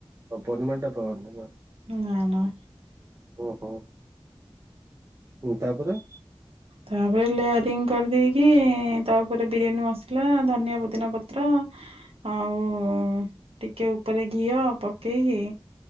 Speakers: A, on the right; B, on the right.
A: ଆଉ ପରିମାଣଟା ପାଅନି ନା।
B: ନା ନା।
A: ଉଁ ହୁଁ ହୁଁ ତାପରେ
B: ତାପରେ ଲେୟାରିଙ୍ଗ କରିଦେଇକି। ତା ଉପରେ ବିରିୟାନୀ ମସଲା ଧନିଆ ପୋଦିନା ପତ୍ର। ଆଉ ଟିକେ ଉପରେ ଘିଅ ପକେଇକି